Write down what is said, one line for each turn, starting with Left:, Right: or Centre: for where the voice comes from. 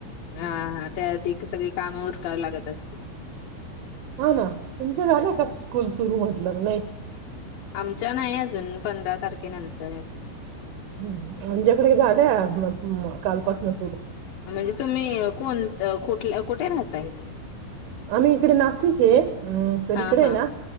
Left: हा त्या आधी सगळी कामं उरकावी लागत असतील.
Right: हा ना तुमच्या झाल्या का स्कूल सुरू म्हटलं नाही‌.
Left: आमच्या नाही अजून पंधरा तारखेनंतर.
Right: हम्म आमच्याकडे झाल्या म कालपासनं सुरू.
Left: म्हणजे तुम्ही कोणत कुठल कुठे राहताय.
Right: आम्ही इकडे नाशिकेचे हम्म तर
Left: हा
Right: इकडे
Left: हा.
Right: ना